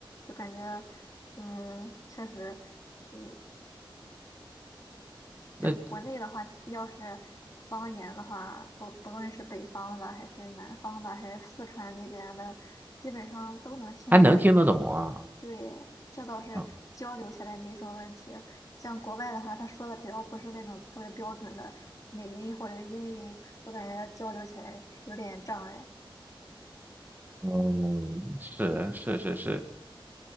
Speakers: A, on the left (about 40°); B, on the right (about 20°).
A: 就感觉嗯，确实。嗯。就国内的话，
B: 那
A: 要是方言的话，不不论是北方的，还是南方的，还是四川那边的，基本上都能听得懂。
B: 还能听得懂啊
A: 对，这倒是交流起来没什么问题。
B: 啊，
A: 像国外的话，他说的只要不是那种特别标准的美音或者是英音，就感觉交流起来有点障碍。
B: 嗯，是是是是，